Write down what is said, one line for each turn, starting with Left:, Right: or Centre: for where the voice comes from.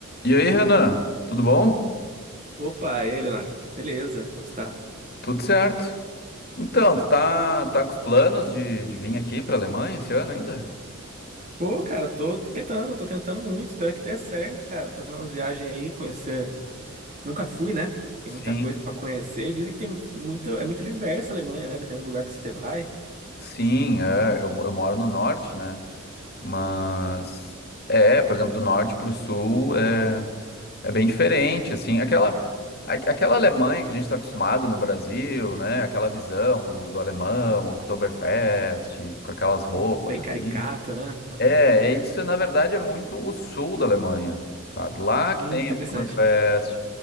Left: E aí, Renan, tudo bom?
Right: Opa, e aí, Leonardo? Beleza, como está?
Left: Tudo certo. Então, tu tá, tá com os planos de, de vir aqui pra Alemanha esse ano ainda?
Right: Pô, cara, tô tentando, tô tentando muito, espero que dê certo, cara, fazer uma viagem aí, conhecer. Nunca fui, né? Tem
Left: Sim.
Right: muita coisa pra conhecer. Dizem que tem mu- muito, é muito diversa a Alemanha, né? Dependendo do lugar que você vai.
Left: Sim, é, eu, eu moro no norte, né? Mas, é, por exemplo, do norte pro sul é, é bem diferente, assim, aquela, a- aquela Alemanha que a gente tá acostumado no Brasil, né? Aquela visão do, do alemão, Oktoberfest, com aquelas roupas
Right: Uhum, bem
Left: assim.
Right: caricato, né? Uhum.
Left: É, é isso, na verdade, é muito o sul da Alemanha, sabe? Lá que
Right: Hum,
Left: tem
Right: interessante.
Left: Oktoberfest,